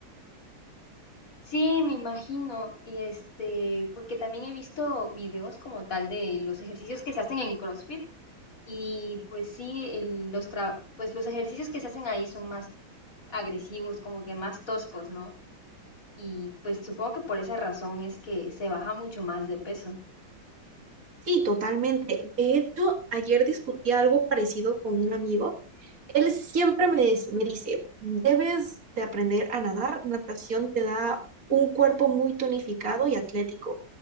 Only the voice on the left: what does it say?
Sí, me imagino. Y este, porque también he visto videos como tal de los ejercicios que se hacen en CrossFit. Y pues sí, el- los tra- pues los ejercicios que se hacen ahí son más agresivos, como que más toscos, ¿no? Y pues supongo que por esa razón es que se baja mucho más de peso.